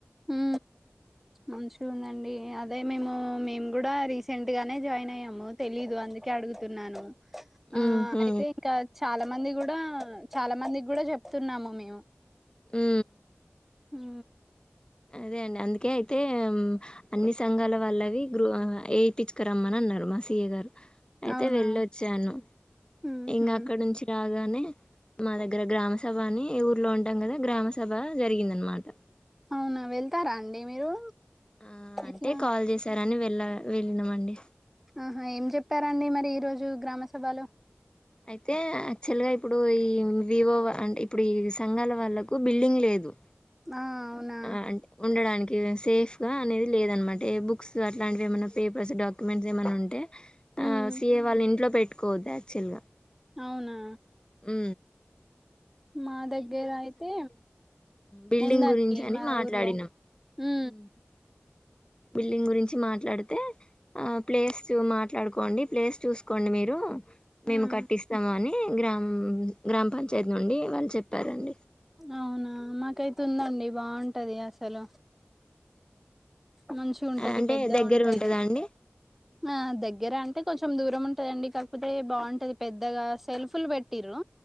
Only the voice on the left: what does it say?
ఉహు
హు
అదే అండి అందుకే అయితే అన్ని సంఘాల వాళ్ళవి గ్రూ వయిపచ్చుకు రమ్మని అన్నారు మా సి ఏ గారు అయితే
వెళ్ళొచ్చాను
ఇంకా అక్కడ నుంచి కాగానే మా దగ్గర గ్రామస్ సభ అని ఊర్లో ఉంటాం కదా గ్రామ సభ జరిగిందనమాట
ఆ అంటే
కాల్ చేసారని ఎలా వెళ్లిన మండి
అయితే యాక్చువల్ గా ఇప్పుడు ఈ వివో అంటే ఇప్పుడు ఈ సంఘాల వాళ్ళకు బిల్డింగ్ లేదు
ఆ అంటే ఉండడానికి సేఫ్ గా అనేది లేదనమాట బుక్స్ అట్లాంటివి ఏమైనా పేపర్స్ డాక్యుమెంట్స్ ఏమైనా ఉంటే
ఆ సీఏ వాళ్ళ ఇంట్లో పెట్టి కోదాయాక్చుల్గా
అవు
బిల్డింగ్
గురించి అని
మాట్లాడినాం
ఉమ్ బిల్డింగ్ గురించి మాట్లాడితే ఆ ప్లేస్ మాట్లాడుకోండి. ప్లేస్ చూసుకోండి మీరు
మేము కట్టిస్తాము అని ఏ గ్రామ గ్రామ పంచాయతీ నుండి వాళ్ళు చెప్పారండి.
అంటే
దగ్గర
ఉంటదా అండి